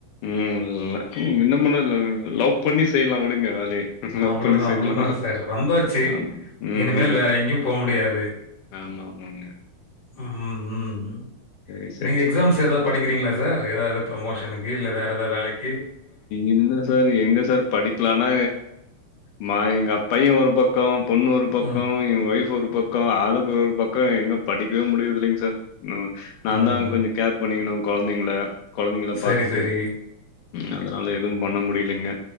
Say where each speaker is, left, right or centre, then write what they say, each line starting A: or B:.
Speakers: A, on the left; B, on the left.
A: ம் லக்கி இன்ன மன்னல லவ் பண்ணி செய்லா விடுங்க வேலைய லவ்
B: அவ்வளோதான்,
A: பண்ணி செய்லா
B: அவ்வளோதான் சார். வந்தாச்சு.
A: அ ம்
B: இனிமேல்
A: ம்
B: வேற எங்கேயும் போ முடியாது.
A: ஆமா ஆமாங்க
B: ம் ம் ம் ம்
A: சேரி
B: நீங்க எக்ஸாம்ஸ் ஏதாவது படிக்கிறீங்ளா சார் ஏதாவது ப்ரோமோஷனுக்கு இல்ல வேற ஏதா வேலைக்
A: இல்ல சார் எங்க சார் படிப்லனா மா எங்க பையே ஒரு பக்கோ பொண்ணு ஒரு பக்கோ
B: ம்.
A: ஏ ஒய்ஃப் ஒரு பக்கோ ஆளுக்கு ஒரு ஒரு பக்கோ எங்க படிக்கவே முடியுறதில்லைங் சார் நா நாந்தா
B: ஓஹோ!
A: கொஞ்சோ கேர் பண்ணிக்கணு கொழந்திங்ள கொழந்திங்கள
B: சரி,
A: பாத்துட்டு
B: சரி.
A: ம் அதுனால எதுவு பண்ண முடியலிங்க